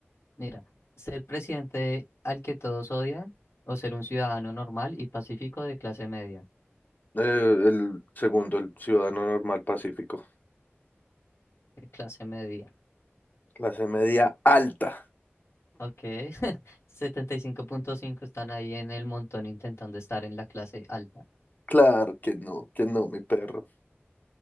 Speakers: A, on the left (about 80°); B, on the left (about 40°).
A: Mira, ser presidente al que todos odian o ser un ciudadano normal y pacífico de clase media.
B: Eh, el segundo, el ciudadano normal pacífico.
A: De clase media.
B: Clase media alta.
A: Ok, <laughs> 75.5 están ahí en el montón intentando estar en la clase alta.
B: Claro que no, que no, mi perro.